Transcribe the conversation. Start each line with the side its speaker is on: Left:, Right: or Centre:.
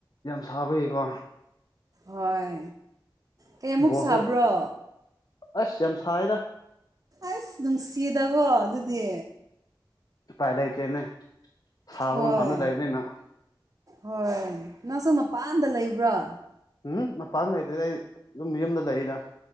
Left: ꯁꯥꯕ ꯏꯀꯣ
Right: ꯍꯣꯏ ꯀꯩꯃꯨꯛ
Left: ꯕꯣꯜꯁꯨ
Right: ꯁꯥꯕ꯭ꯔꯣ
Left: ꯑꯁ ꯌꯥꯝ ꯌꯥꯝ ꯁꯥꯥꯏꯗ
Right: ꯑꯁ ꯅꯨꯡꯁꯤꯌꯦꯗꯀꯣ ꯑꯗꯨꯗꯤ
Left: ꯎꯄꯥꯏ ꯂꯩꯇꯦꯅꯦ ꯁꯥꯕ
Right: ꯍꯣꯏ
Left: ꯃꯐꯝꯗ ꯂꯩꯕꯅꯤꯅ
Right: ꯍꯣꯏ ꯅꯪꯁꯨ ꯃꯄꯥꯟꯗ ꯂꯩꯕ꯭ꯔꯣ
Left: ꯎꯝ ꯃꯄꯥꯟ ꯂꯩꯇꯦꯗ ꯑꯩ ꯑꯗꯨꯝ ꯌꯨꯝꯗ ꯂꯩꯗ